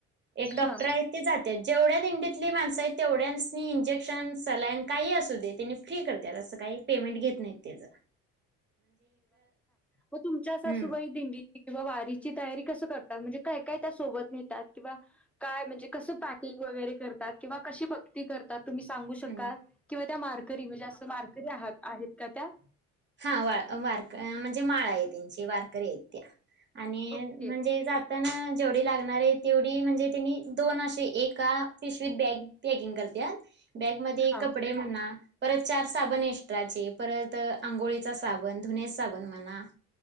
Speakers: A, on the right; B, in the centre.
A: एक डॉक्टर
B: हा
A: आहेत. ते जात्यात जेवढ्या दिंडीतली माणसं आहेत तेवढ्यांसनी इंजेक्शन सलाइन काही असू दे त्यांनी फ्री करत्यात काही पेमेंट घेत नाहीत त्याचं
B: म तुमच्या
A: हम्म
B: सासूबाई दिंडीत किंवा वारीची तयारी कसं करतात? म्हणजे काय काय त्या सोबत न्हेतात? किंवा काय म्हणजे कसं पॅकिंग वगैरे करतात? किंवा कशी भ ती करतात तुम्ही सांगू शकाल?
A: हम्म
B: किंवा त्या वारकरी म्हणजे असं वारकरी आहात आहेत का त्या?
A: हा वा वारक म्हणजे माळ आहे त्यांची वारकरी आहेत त्या आणि
B: ओके
A: म्हणजे जात ताना जेवढी लागणार आहे तेवढी म्हणजे त्यांनी दोन असे एका पिशवीत बॅग पॅकिंग करत्यात. बॅगमध्ये
B: हा
A: कपडे म्हणा परत चार साबण एक्स्ट्राचे परत अंघोळीचा साबण, धुण्याचा साबण म्हणा